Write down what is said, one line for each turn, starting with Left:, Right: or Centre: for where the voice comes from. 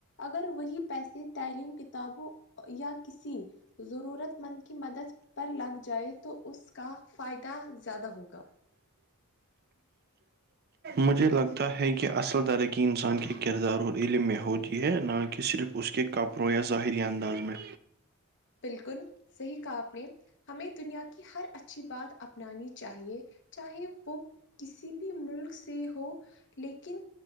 Left: اگر وہی پیسے تعلیم کتابوں یا کسی ضرورت مند کی مدد پر لگ جائے تو اس کا فائدہ زیادہ ہوگا
Right: مجھے لگتا ہے کہ اصل ترقی انسان کے کردار اور علم میں ہوتی ہے نہ کہ صرف اس کی کہ کپ رو ظاہری انداز میں
Left: بالکل صحیح کہا اپ نے ہمیں دنیا کی ہر اچھی بات اپنانی چاہیے چاہے وہ کسی بھی ملک سے ہو لیکن